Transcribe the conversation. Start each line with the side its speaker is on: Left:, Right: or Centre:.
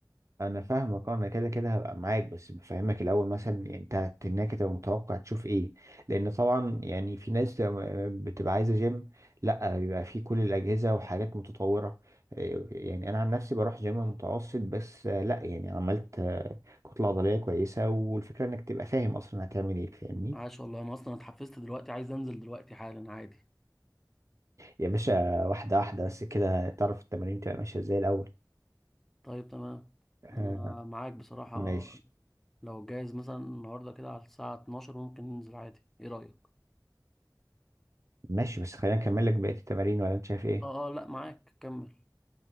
Right: انا فاهمك آه، انا كده كده هبقى معاك بس بفهمك الاول مثلا يعني انت هناك تبقى متوقع تشوف ايه لان طبعا يعني في ناس تبقى م- بتبقى عايزه جيم لا بيبقى فيه كل الاجهزه وحاجات متطوره إيه، يعني انا عن نفسي بروح جيم متوسط بس آه، لا يعني عملت آه، كتله عضليه كويسه والفكره انك تبقى فاهم اصلا هتعمل ايه فاهمني
Centre: عاش والله انا اصلا اتحفزت دلوقتي عايز انزل دلوقتي حالا عادي
Right: يا باشا واحده واحده بس كده تعرف التمارين تبقى ماشيه ازاي الاول
Centre: طيب تمام
Right: آه،
Centre: انا معاك بصراحه
Right: ماشي
Centre: لو جايز مثلا النهارده كده على الساعه 12 ممكن ننزل عادي ايه رايك
Right: ماشي بس خلينا اكمل لك بقيه التمارين ولا انت شايف ايه
Centre: اه اه لا معاك كمل